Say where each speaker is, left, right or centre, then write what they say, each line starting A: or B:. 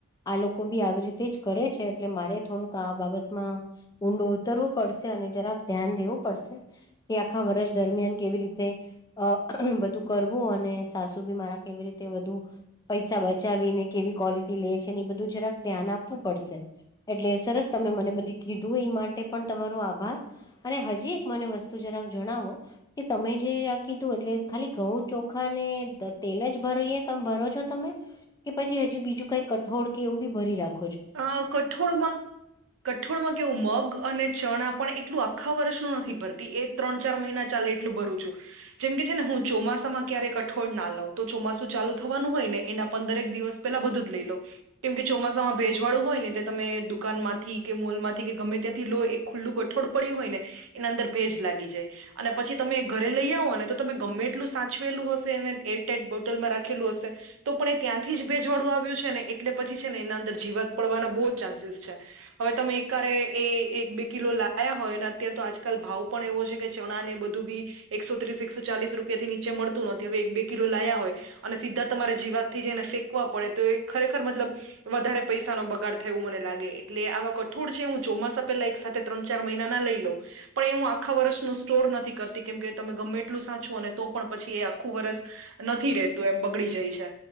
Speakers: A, on the left; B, on the right.
A: આ લોકો બી આવી રીતે જ કરે છે એટલે મારે થોડુંક આ બાબતમાં ઊંડો ઉતરવું પડશે અને જરાક ધ્યાન દેવું પડશે કે આખા વર્ષ દરમિયાન કેવી રીત તે આ બધું કરવું અને સાસુ બી મારા કેવી રીતે વધુ પૈસા બચાવીને કેવી ક્વોલિટી લે છે ને એ બધું જરાક ધ્યાન આપવું પડશે. એટલે સરસ તમે મને બધી કીધું એ માટે પણ તમારો આભાર. અને હજી એક મને વસ્તુ જરાક જણાવો કે તમે જે આ કીધું એટલે ખાલી ઘઉ ચોખા ને તેલ જ ભરીએ તમે ભરો છો તમે જે કે પછી હજી બીજું કઈ કઠોર કે એવું બી ભરી રાખ
B: અ કઠોળમાં કઠોળમાં કેવું મગ અને ચણા પણ એટલું આખા વર્ષનું નથી ભરતી એ ત્રણ ચાર મહિના ચાલે એટલું ભરું છું. જેમ કે છે ને હું ચોમાસામાં ક્યારેક કઠોળ ના લઉં તો ચોમાસું ચાલુ થવાનું હોય ને એના પંદરેક દિવસ પેલા બધું જ લઈ લો કેમ કે ચોમાસામાં ભેજવાળું હોય ને એટલે તમે દુકાન માંથી કે મોલમાંથી કે ગમે ત્યાંથી લો એક ખુલ્લું કઠોળ પડ્યું હોય ને એના અંદર ભેજ લાગી જાય. અને પછી તમે ઘરે લઈ આવો ને તો તમે ગમે એટલું સાચવેલું હશે એને એ ટાઈપ બોટલમાં રાખેલું હશે તો પણ એ ત્યાંથી જ ભેજવાડું આવ્યું છે ને એટલે પછી છે ને એના અંદર જીવાત પડવાના બહુ જ ચાન્સીસ છે. હવે તમે એકારે એ એક બે કિલો લાયા હોય અને અત્યારે તો આજકાલ ભાવ પણ એવો છે. કે ચણા ને બધું બી એકસો ત્રીસ એકસો ચાલીસ રૂપિયા થી નીચે મળતું નથી હવે એક બે કિલો લાયા હોય. અને સીધા તમારે જીવાત થી જ એને ફેંકવા પડે તો એ ખરેખર મતલબ વધારે પૈસા નો બગાડ થય એવું મને લાગે એટલે આવા કઠોળ છે હું ચોમાસા પેલા એક સા ત્રણ ચાર મહિના ના લઈ લોઉ. પણ એ હું આખા વર્ષનું સ્ટોર નથી કરતી કેમ કે તમે ગમે એટલું સાચું અને તો પણ પછી એ આખું વર્ષ નથી રે તું એમ બગડી જાય છે